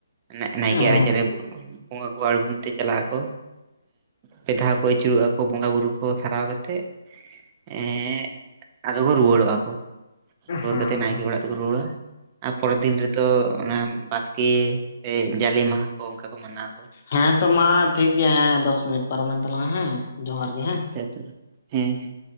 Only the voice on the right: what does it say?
ᱱᱟᱜ ᱱᱟᱭᱠᱮ
ᱭᱟᱜ ᱨᱟᱪᱟᱨᱮ ᱵᱚᱸᱜᱟ ᱠᱚ ᱟᱬᱜᱚᱱ ᱛᱮ ᱪᱟᱞᱟᱜ ᱟᱠᱚ ᱯᱮᱫᱷᱟᱣ ᱠᱚ ᱟᱹᱪᱩᱨᱚᱜ-ᱟ ᱟᱠᱚ ᱵᱚᱸᱜᱟ ᱵᱩᱨᱩ ᱠᱚ ᱥᱟᱨᱟᱣ ᱠᱟᱛᱮᱜ ᱮᱫ ᱟᱫᱚ ᱠᱚ ᱨᱩᱣᱟᱹᱲᱚᱜ-ᱟ ᱠᱚ ᱨᱩᱣᱟᱹᱲ
ᱠᱟᱛᱮ ᱱᱟᱭᱠᱮ ᱚᱲᱟᱜ ᱛᱮᱠᱚ ᱨᱩᱣᱟᱹᱲᱟ ᱟᱨ ᱯᱚᱨᱮᱨ ᱫᱤᱱ ᱨᱮᱫᱚ ᱚᱱᱟ ᱵᱟᱥᱠᱮ ᱥᱮ ᱡᱟᱞᱮ ᱢᱟᱦᱟ ᱚᱱᱠᱟ ᱠᱚ ᱢᱟᱱᱟᱣᱟ ᱠᱚ
ᱟᱪᱪᱷᱟ ᱟᱪᱪᱷᱟ ᱦᱮᱸ ᱦᱮᱸ